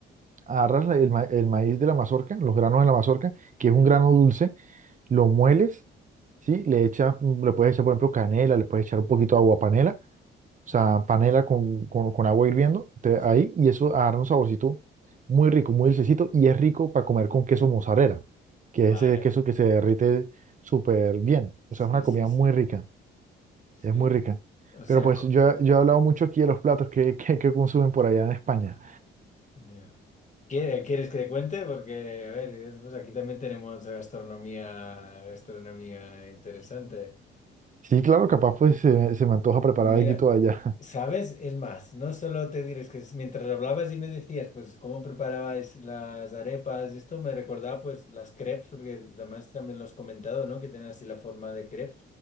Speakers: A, on the right; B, on the left.
A: agarras la- el, ma- el maíz de la mazorca, los granos de la mazorca, que es
B: Mm,
A: un grano dulce, lo mueles, ¿sí? Le echas, mm, le puedes echar, por ejemplo, canela, le puedes echar un poquito de agua panela, o sea,
B: mm,
A: panela con, con, con agua hirviendo, te-
B: sí.
A: ahí, y eso agarra un saborcito muy rico, muy dulcecito y es rico para comer con queso mozzarella, que
B: Vale.
A: es ese queso que se derrite súper bien,
B: Sí,
A: o sea, es una comida
B: sí, sí.
A: muy rica
B: Sí.
A: es muy rica.
B: O sea,
A: Pero pues
B: co-
A: yo, yo he hablado mucho aquí de los platos que, que, que consumen por allá en España.
B: ya. ¿Quiere- ¿Quieres que te cuente? Porque, a ver, pues aquí también tenemos gastronomía, gastronomía interesante.
A: Sí, claro, capaz pues se, se me antoja preparar
B: Mira,
A: algo de allá.
B: ¿sabes? Es más, no solo te diré, es que es- mientras hablabas y me decías, pues, cómo preparabas las arepas y esto, me recordaba, pues, las crepes, porque además también lo has comentado, ¿no? Que tienen así la forma de crepes.